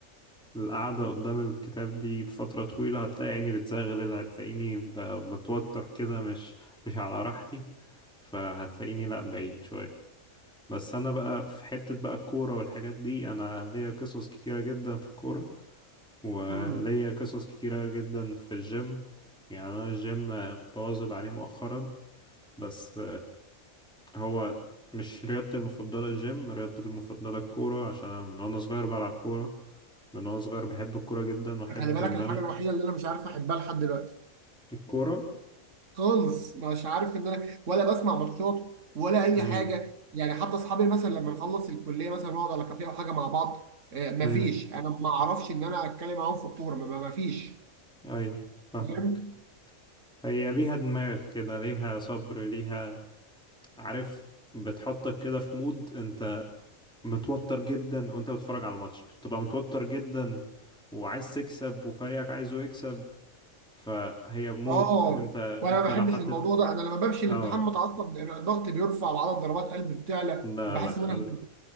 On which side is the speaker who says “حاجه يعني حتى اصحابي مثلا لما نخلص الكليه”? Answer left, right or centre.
Right